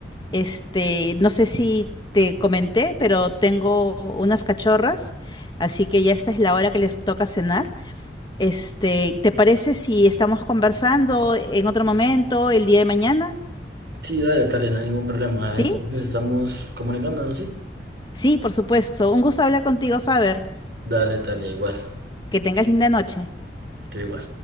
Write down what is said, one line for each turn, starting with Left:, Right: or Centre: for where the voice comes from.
Left: Este, no sé si te comenté, pero tengo unas cachorras, así que ya esta es la hora que les toca cenar. Este, ¿te parece si estamos conversando en otro momento el día de mañana?
Right: sí, dale, dale, no hay ningún problema.
Left: ¿Sí?
Right: Entonces estamos comunicándonos, ¿sí?
Left: Sí, por supuesto. Un gusto hablar contigo, Faber.
Right: Dale, dale, igual,
Left: Que tengas linda noche.
Right: estoy igual.